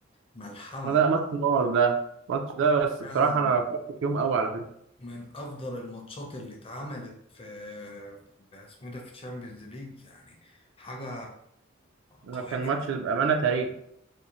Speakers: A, on the left; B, on the right.
A: ملحمة
B: ما ده ماتش النار ده الماتش ده بس
A: كان
B: بصراحه انا فرحت فيهم قوي على فكره
A: من افضل الماتشات اللي اتعملت في في اسمه ده في تشامبيونز ليج يعني حاجة
B: أنا
A: قوية
B: كان
A: جدا
B: ماتش بامانه تاريخ